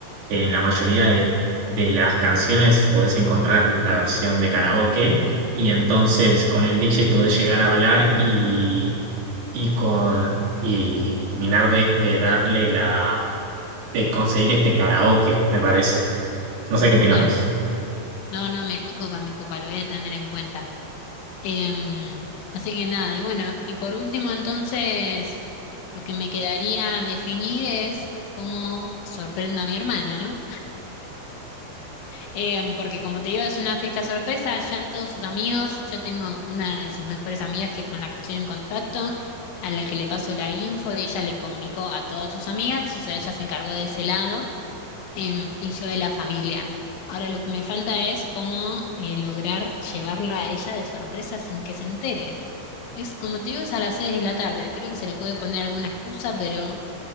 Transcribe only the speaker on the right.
en la mayoría de, de las canciones podés encontrar la versión de karaoke y entonces con el DJ podés llegar a hablar y, y con y terminar de, de darle la, de conseguir este
karaoke, me parece. No sé qué opinas
vos.